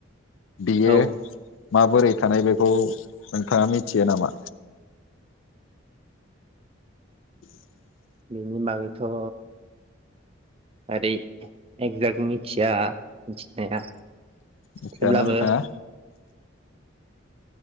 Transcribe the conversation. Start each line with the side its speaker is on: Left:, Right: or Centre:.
Left: बियो
Right: औ
Left: माबोरै थानाय बेखौ नोंथाङा मिथियो नामा? <inaudible>
Right: बेनि बागैथ' ओरै एकजाक्ट मिथिया मिथिनाया
Left: मिथियाना
Right: थेवब्लाबो
Left: नोंथाङा?